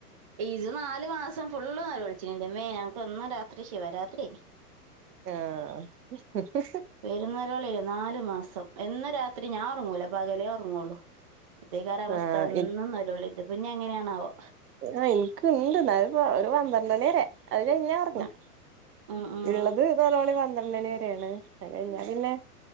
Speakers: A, on the right (about 25°); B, on the right (about 80°).
A: ഇത് നാല് മാസം ഫുള്ള് നേലോളിച്ചിന് എന്റമ്മേ വന്ന രാത്രി ശിവ രാത്രിയായി
B: ആഹ് ഹിഹ്ഹ്
A: പെരും നേലോളിയാണ് നാലു മാസം എന്ന് രാത്രി ഞാൻ ഉറങ്ങൂല പകലേ ഉറങ്ങുള്ളൂ ഇതെക്കാണവസ്ഥ
B: ആഹ്
A: എന്നും നെലോളി ഇത് ഇപ്പോഞ്ഞ് എങ്ങനെയാണാവോ
B: ആ എനക്ക്ണ്ട് എന്നാലും ഒരു പന്ത്രണ്ട് മണി വരെ അത് കഴിഞ്ഞ ഉറങ്ങാ
A: ഉം, ഉം, ഉം.
B: ഇള്ളത് നെലോളി പന്ത്രണ്ടണി വരെയാണ് ആ കഴിഞ്ഞ പിന്നെ